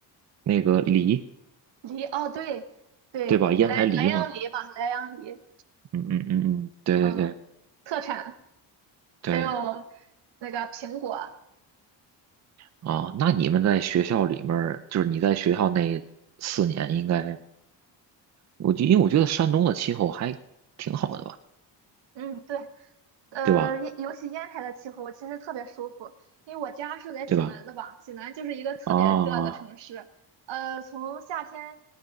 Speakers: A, on the right; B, on the right.
A: 那个梨，
B: 梨？哦，对对，
A: 对吧？烟台梨嘛，
B: 莱莱阳梨嘛，莱阳梨，
A: 嗯嗯嗯嗯，对对对
B: 嗯，特产，
A: 对，
B: 还有那个苹果，
A: 啊，那你们在学校里面儿就是你在学校那四年，应该，我就因为我觉得山东的气候还挺好的吧，
B: 嗯，对。呃，
A: 对吧？
B: 烟尤其烟台的气候其实特别舒服，因为我家是在济南的吧，
A: 对吧？
B: 济南就是一个特别热的城市。
A: 啊，
B: 呃，从夏天，